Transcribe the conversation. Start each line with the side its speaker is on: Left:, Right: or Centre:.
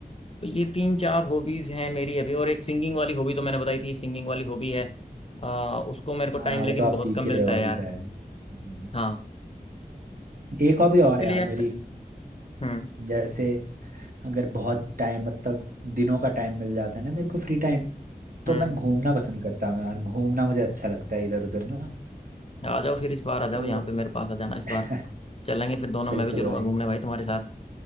Left: तो ये तीन चार हॉबीज हैं मेरी अभी और एक सिंगिंग वाली हॉबी तो मैंने बताई थी सिंगिंग वाली हॉबी है अ, उसको मेरे को
Right: हाँ
Left: टाइम लेकिन
Right: वो तो आप
Left: बहुत
Right: सीख
Left: कम
Right: ही
Left: मिलता
Right: रहे हो
Left: है
Right: अभी
Left: यार
Right: शायद हम्म।
Left: हाँ
Right: एक हॉबी
Left: उसके
Right: और है
Left: लिए
Right: यार
Left: यार
Right: मेरी
Left: हम्म
Right: जैसे अगर बहुत टाइम मतलब दिनों का टाइम मिल जाता है ना मेरे को फ्री टाइम तो
Left: हम्म
Right: मैं घूमना पसंद करता हूँ यार घूमना मुझे अच्छा लगता है इधर उधर ना
Left: आ जाओ फिर इस बार आ जाओ
Right: तो
Left: यहाँ पे मेरे पास आ जाना इस बार
Right: <laughs>
Left: चलेंगे फिर दोनों मैं
Right: बिल्कुल
Left: भी चलूंगा
Right: भाई
Left: घूमने भाई तुम्हारे साथ